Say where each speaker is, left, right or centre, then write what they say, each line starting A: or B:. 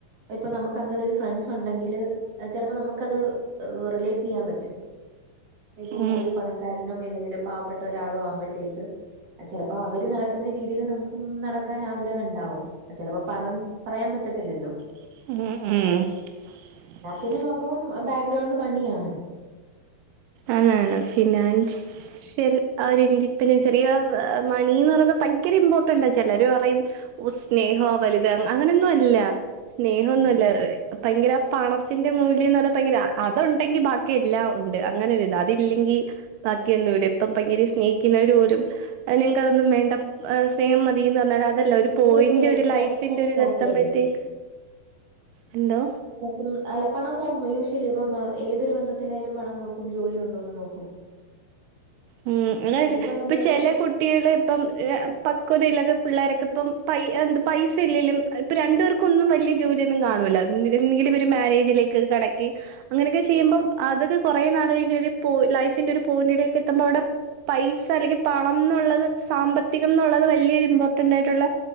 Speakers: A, on the right; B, on the right.
A: ഇപ്പൊ നമുക്ക് അങ്ങനെ ഒരു ഫ്രണ്ട്സ് ഉണ്ടെങ്കില് ഏഹ് ചിലപ്പോ നമ്മുക്കത് ഏഹ് റിലേറ്റ് ചെയ്യാൻ പറ്റും. ഇപ്പം
B: ഉം
A: ഒരു പണക്കാരനും ഇല്ലെങ്കിൽ പാവപ്പെട്ട ഒരാളും ആവുമ്പോഴത്തേക്ക് ചെലപ്പോ അവര് നടക്കുന്ന രീതിയിൽ നമുക്കും നടക്കാൻ ആഗ്രഹം ഇണ്ടാവും. ചിലപ്പോ പറന്ന് പറയാൻ പറ്റത്തില്ലല്ലോ.
B: എ എ
A: അതിനും അപ്പം ബാക്ക്ഗ്രൗണ്ട് മണിയാണ്.
B: അതാണ് ഫിനാൻസ് ഷ്യൽ ആഹ് ഒരു ഇന്റിപെൻഡന്റ് ചെറിയ മണിന്ന് പറയുമ്പോ ഭയങ്കര ഇമ്പോർട്ടന്റാ ചിലര് പറയും. ഓ സ്നേഹോ വലിത് അങ്ങ് അങ്ങനൊന്നു അല്ല സ്നേഹൊന്നൊല്ല
A: അതെ
B: അ എ് ഭയങ്കര പണത്തിന്റെ മൂല്യന്നറഞ്ഞാ ഭയങ്കര അതുണ്ടെങ്കി ബാക്കിയെല്ലാം ഉണ്ട് അങ്ങനെ ഒരിത് അതില്ലെങ്കി ബാക്കിയൊന്നുല്ല ഇപ്പം ഭയങ്കര സ്നേഹിക്കുന്നവര് പോലും ആ നിങ്ങക്ക് അതൊന്നും വേണ്ട ആ സെയിം മതി പറഞ്ഞാൽ
A: ഇത്
B: അതല്ല ഒരു പോയിന്റ്
A: തീർച്ചയായിട്ടും
B: ഒരു ലൈഫിന്റെ
A: പണം പണം
B: ഒരിത്
A: നോക്കുമല്ലോ
B: എത്തബഴ്ത്തേക്ക് ഹലോ
A: ഉം അല്ല പണം നോക്കും യൂഷ്വലി ഇപ്പം എ ഏതൊരു ബന്ധത്തിലായാലും പണം നോക്കും ജോലി ഉണ്ടോന്ന് നോക്കും
B: ഉം അങ്ങനെയല്ല
A: അതിപ്പോ നമ്മളിപ്പം
B: ഇപ്പൊ ചില കുട്ട ട്ടികള് ഇപ്പം എ് ആ പക്വത ഇല്ലാതെ പിള്ളേരൊക്കെ ഇപ്പം പൈ എന്താ പൈസ ഇല്ലേലും ആഹ് ഇപ്പ രണ്ടു പേർക്കൊന്നും വല്യ ജോലിയൊന്നും കാണൂല്ല എന്തര് എന്നെങ്കിലിവര് മാരേജിലേക്ക് കടക്കി അങ്ങനെക്കെ ചെയ്യുമ്പം അതൊക്കെ കൊറേ നാള് കഴിഞ്ഞ് ഒരു പോ ലൈഫിന്റെ ഒരു പോയിന്റിലേക്കെ ത്തുമ്പ അവിടെ പൈസ അല്ലെങ്കി പണംന്നുള്ളത് സാമ്പത്തികംന്നുള്ളത് വല്യൊരു ഇമ്പോർട്ടന്റായിട്ടുള്ള